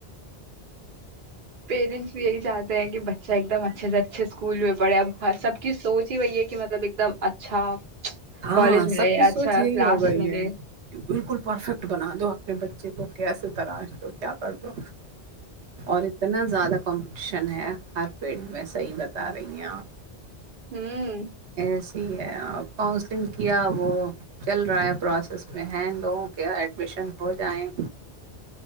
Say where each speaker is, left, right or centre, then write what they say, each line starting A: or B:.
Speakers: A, on the right; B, on the right.
A: پیرنٹس بھی یہی چاہتے ہیں کہ بچہ ایک دم اچھے سے اچھے اسکول میں پڑھے اب سب کی سوچ ہی وہی ہے کہ مطلب ایک دم اچھا
B: ہاں
A: کالج ملے
B: سب کی سوچ
A: اچھا
B: یہی
A: کلاس
B: ہو گئی
A: ملے
B: ہے بالکل پرفیکٹ بنا دو اپنے بچے کو کیسے تراش دو کیا کر دو اور اتنا زیادہ کمپٹیشن ہے ہر فیلڈ میں صحیح بتا رہی ہیں آپ
A: ہوں
B: ایسی ہے اور کانسلنگ کیا وہ چل رہا ہے پروسیس میں ہے ان لوگوں کے ایڈمیشن ہو جائیں